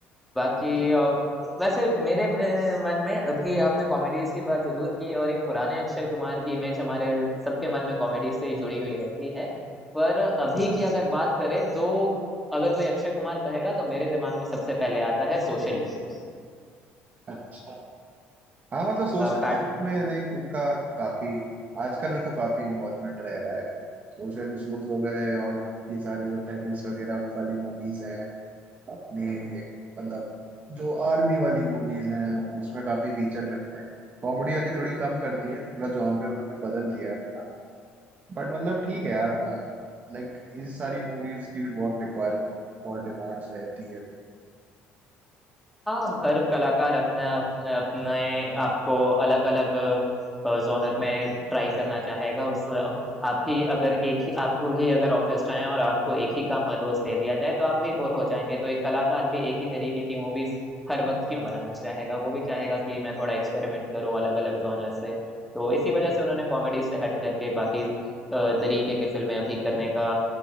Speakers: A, in the centre; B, on the right.
A: बाकी
B: अच्छा,
A: अ, वैसे मेरे अ, मन में अभी आपने कॉमेडीज की बात जरूर की और एक पुराने अक्षय कुमार की इमेज हमारे सबके मन में कॉमेडी से ही जुड़ी हुई रहती है पर अभी
B: हाँ हाँ
A: की अगर बात करें तो अगर कोई अक्षय कुमार कहेगा तो मेरे दिमाग में सबसे पहले आता है सोशल इश्यूज
B: अच्छा हाँ मतलब सोशल
A: पैड
B: इश्यूज में लाइक उनका काफी आजकल में तो काफी इन्वॉल्वमेंट रह रहा है सोशल इश्यूज हो गए और ये सारे जो टेररिस्ट वगैरह वाली मूवीज हैं अपने मतलब जो आर्मी वाली मूवीज हैं उसमें काफी फीचर करते हैं कॉमेडी वाली थोड़ी कम करती है थोड़ा जॉनर उन्होंने बदल दिया है अपना बट मतलब ठीक है यार लाइक इस सारी मूवीज की भी बहुत रिक्वायरमेंट और डिमांड्स रहती है लोग
A: हाँ हर कलाकार अपने अपने अपने आपको अलग अलग जॉनर में ट्राई करना चाहेगा उस अब आप ही अगर एक ही आपको ही अगर ऑफिस जाए और आपको एक ही काम हर रोज दे दिया जाए तो आप भी बोर हो जाएंगे तो एक कलाकार भी एक ही तरीके की मूवीज हर वक्त क्यों बनाना चाहेगा वो भी चाहेगा कि मैं थोड़ा एक्सपेरिमेंट करूं अलग अलग जॉनर से तो इसी वजह से उन्होंने कॉमेडी से हट करके बाकी अ, तरीके के फिल्में अभी करने का